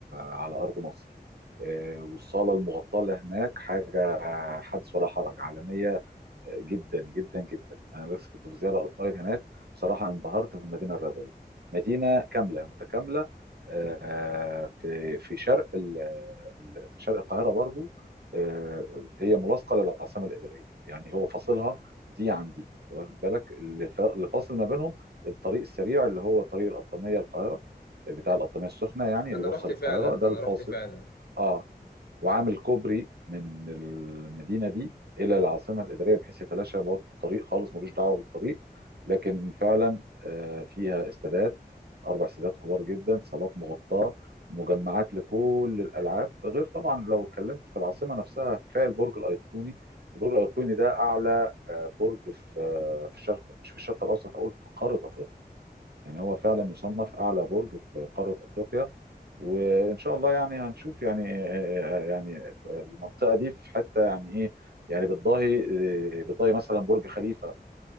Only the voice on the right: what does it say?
على ارض مصر آه، والصاله المغطاه اللي هناك حاجه حدث ولا حرج عالميه جدا جدا جدا انا لسه كنت في زياره قريب هناك بصراحه انبهرت بالمدينه الرياضيه مدينه كامله متكامله آه، في في شرق ال- ال- في شرق القاهره برضو آه، هي ملاصقه للعاصمه الاداريه يعني هو فاصلها دي عن دي واخد بالك اللي فا- اللي فاصل ما بينهم الطريق السريع اللي هو طريق القطاميه القاهره بتاع القطاميه السخنه يعني اللي
بيوصل
القاهره
ده
الفاصل
اه وعامل كوبري من المدينه دي الى العاصمه الاداريه بحيث يتلاشى برضه الطريق خالص ملوش دعوه بالطريق لكن فعلا آه، فيها استادات اربع استادات كبار جدا صالات مغطاه مجمعات لكل الالعاب غير طبعا لو اتكلمت في العاصمه نفسها كفايه البرج الايقوني البرج الايقوني ده اعلى آه، برج في آه، في الشرق مش في الشرق الاوسط اقول في قاره افريقيا يعني هو فعلا يصنف اعلى برج في قاره افريقيا وان شاء الله يعني هنشوف يعني يعني المنطقه دي في حته يعني ايه يعني بتضاهي بتضاهي مثلا برج خليفه في